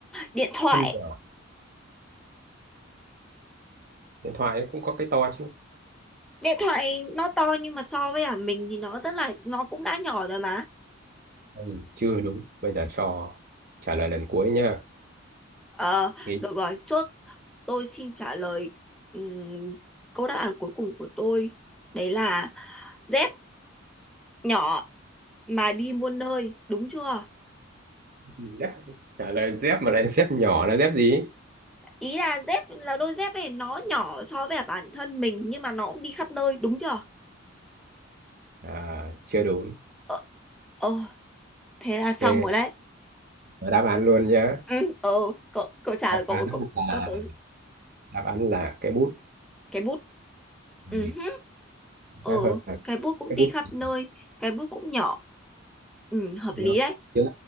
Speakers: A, in the centre; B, on the right.
A: Điện thoại.
B: thân nhỏ điện thoại cũng có cái to chứ
A: Điện thoại nó to nhưng mà so với à mình thì nó rất là nó cũng đã nhỏ rồi mà.
B: ừ, chưa đúng bây giờ cho trả lời lần cuối nha
A: Ờ,
B: nghĩ
A: được rồi, chốt. Tôi xin trả lời ừm, câu đáp án cuối cùng của tôi. Đấy là dép nhỏ mà đi muôn nơi, đúng chưa?
B: dép trả lời dép mà lại dép nhỏ là dép gì
A: ý là dép là đôi dép này nó nhỏ so với bản thân mình nhưng mà nó cũng đi khắp nơi đúng chưa
B: à, chưa đúng
A: ờ, ờ thế là
B: ok
A: xong rồi đấy
B: Và đáp án luôn nhá
A: ừ, ờ cậu cậu trả
B: đáp
A: lời cậu
B: án
A: cậu
B: là
A: cho tớ
B: đáp án là cái bút
A: cái bút
B: ừ.
A: ừ, hứ,
B: chính
A: ờ
B: xác hơn là
A: cái bút cũng
B: cái
A: đi
B: bút
A: khắp
B: Ừ,
A: nơi cái bút cũng nhỏ ừ, hợp
B: nó
A: lý đấy
B: biến